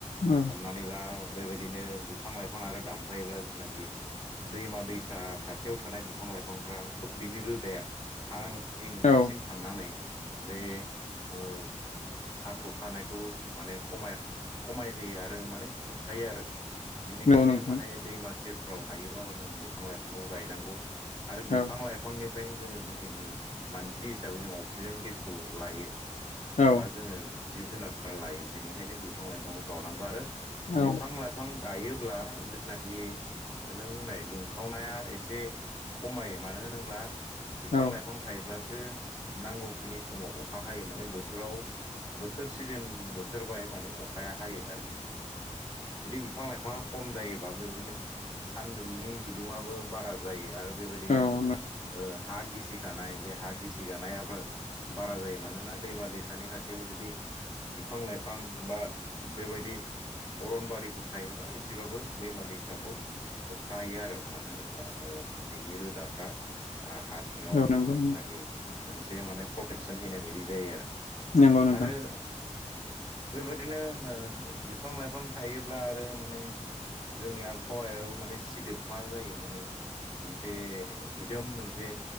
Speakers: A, on the left; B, on the left.
A: उम
B: हमनानै ला बेबायदिनो बिफां लाइफां आरो दामफायोब्ला जेनाखि दैमा दैसा खाथियाव थानाय बिफां लाइफांफ्रा खोब बिनि रोदाया हा सिंसिम
A: औ
B: थांनानै बे ओ हाखुर खानायखौ माने खम खमाय होयो आरो माने होबथायो आरो बिनिखायनो
A: नंगौ नोंथां
B: माने दैमा सेर फ्राव हायोबा मा नों बिफां लाइफांखौ गायनांगौ आरो बिफां
A: औ
B: लाइफांनि खायनो जोङो जिथनाखि मानसि हिसाबै जों अक्सिजेन गेसखौ लायो
A: औ
B: बा जोङो जिब जुनारफ्रा लायो बेनिखायनो बिफां लाइफांखौ गायनांगौ आरो
A: औ
B: बिफां लाइफां गायोब्ला जिथनाखि बे नों बुंनाय दुंखावनाया एसे खमायमारहोनोब्ला बिफां
A: औ
B: लाइफां थायोब्लासो नांगौखिनि समाव अखा हायो माने बोथोराव बोथोर सिजोन बोथोर बाय माने अखाया हायो आरो। जुदि बिफां लाइफाङा खम जायोबा बेबायदिनो सानदुंनि बिदुङआबो बारा जायो आरो बेबायदिनो
A: औ
B: ओ हा गिसिखानाय बे हा गिसि सिगानायाबो बारा जायो मानोना दैमा दैसानि खाथियाव जुदि बिफां लाइफां बा बेबायदि अरनबारिफोर थायोबा एसेबाबो दैमा दैसाखौ होबथायो आरो मानो होनोब्ला बेनि रोदाफ्रा ओ सिङाव
A: औ नंगौ
B: जेनाखि मोनसे माने प्रटेकसन हैनाय बायदि जायो आरो।
A: नोंगौ नोंथां।
B: आरो बेबायदिनो बिफां लाइफां थायोब्ला आरो माने जोंनि आबहावायाव माने सिदोब मा जायो माने। मोनसे दिदोम मोनसे